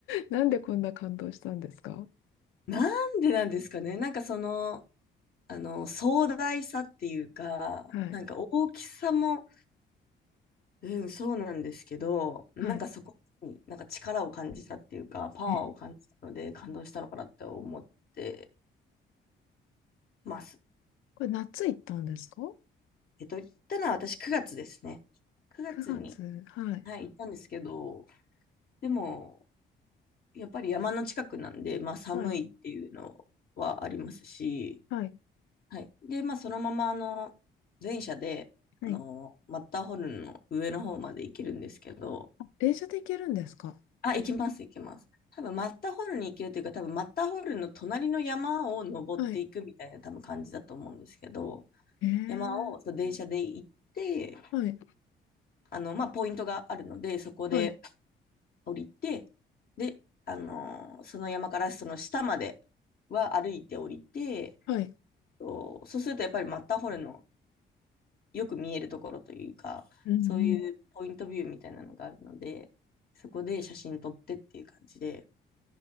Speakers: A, on the left; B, on the left.
A: なんでこんな感動したんですか
B: <laughs> なんでなんですかね。なんかその、あの、壮大さっていうか、
A: はい、
B: なんか大きさも、うん、そうなんですけど、なんかそこになんか力を感じたっていうか、
A: はい。
B: パワーを感じたので感動したのかなって思って
A: え、
B: ます。
A: これ夏行ったんですか
B: えっと、行ったのは私9月ですね。9月に、
A: ?9 月、はい、
B: はい、行ったんですけど、でも、やっぱり山の近くなんで、まあ寒いっていうのはありますし、
A: はい、はい、
B: はい。で、まあそのまま、あの、電車で、
A: はい。
B: あの、マッターホルンの上の方まで行けるんですけど、
A: 電車で行けるんですか
B: あ、行きます、行きます。多分マッターホルンに行けるというか、多分マッターホルンの隣の山を登っていくみたいな多分感じだと思うんですけど、
A: はい。ええ
B: 山をそう電車で行って、
A: はい、
B: あの、まあ、ポイントがあるので、そこで
A: はい、
B: 降りて、で、あのーその山からその下までは歩いて降りて、
A: はい。
B: そうそうするとやっぱりマッターホルンのよく見えるところというか、
A: うん
B: そういうポイントビューみたいなのがあるので、そこで写真撮ってっていう感じで、